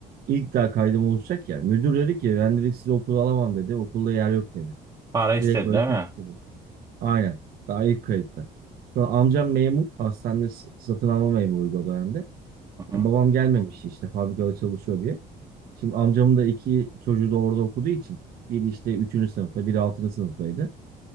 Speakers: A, on the right; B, on the right.
A: İlk daha kaydım olacak ya. Müdür dedi ki ben dedi sizi okula alamam dedi. Okulda yer yok dedi.
B: Para istedi
A: Direkt böyle
B: değil
A: terk
B: mi?
A: dedi. Aynen. Daha ilk kayıtta. Sonra amcam memur. Hastanede s- satın alma memuruydu o dönemde.
B: Hı
A: Yani
B: hı,
A: babam gelmemiş işte fabrikada çalışıyor diye. Şimdi amcamın da iki çocuğu da orada okuduğu için. Biri işte üçüncü sınıfta, biri altıncı sınıftaydı.